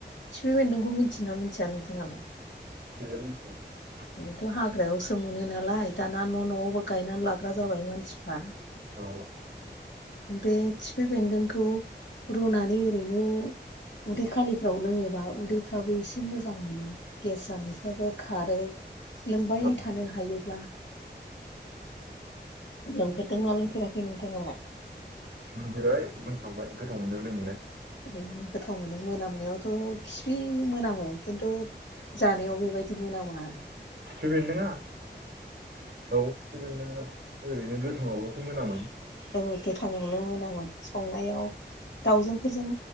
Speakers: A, on the left; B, on the right.
A: खिफि बेन्दोंखौ मिथियो ना मिथिया नोंथाङालाय?
B: मिथियां।
A: बेथ' हाग्रायावसो मोनो नालाय दाना न' न'आवबो गायनानै लाग्रा जाबाय मानसिफ्रा।
B: औ
A: बे खिफि बेन्दोंखौ रुनानै ओरैनो उदै खालिफ्राव लोङोबा उदैफ्राबो एसे मोजां मोनो गेस जानायफ्राबो खारो लोंबाय
B: औ
A: थानो हायोब्ला। लोंफेरदों ना लोंफेराखै नोंथांङालाय?
B: लोंफेरबाय लोंखांबाय गोथाव मोनो लोंनोलाय
A: उम गोथाव मोनो मोनामनायावथ' खिफि मोनामो खिन्थु जानायाव बेबायदि मोनामा आरो।
B: खिफि बेन्दोङा? औ खिफि बेन्दोङा। ओरैनो गोथाङावबोथ' मोनामो?
A: औ गोथाङावल' मोनामोन आङो ‌संनायाव दाावजोंफोरजों